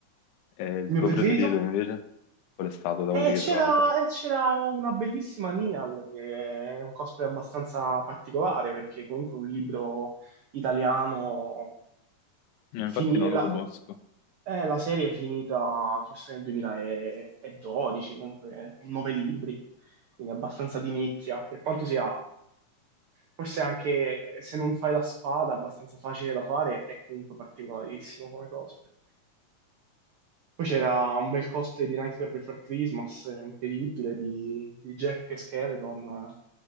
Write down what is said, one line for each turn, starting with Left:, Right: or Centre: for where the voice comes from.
Left: E il
Right: Il mio
Left: tuo
Right: preferito?
Left: preferito invece? Qual è stato da
Right: E
Left: quelli che
Right: c'era
Left: hai trovato?
Right: e c'era una bellissima Nial, che è un cosplay abbastanza particolare, perché comunque è un libro italiano.
Left: Eh, Infatti
Right: fini-
Left: non
Right: la,
Left: lo conosco.
Right: eh, la serie è finita forse nel 2012, comunque con nove libri, quindi abbastanza di nicchia, per quanto sia Forse anche eh, se non fai la spada, abbastanza facile da fare, è comunque particolarissimo come cosplay. Poi c'era un bel cosplay di Nightmare Before Christmas, eh, incredibile, di, di Jack e Skeleton. eh,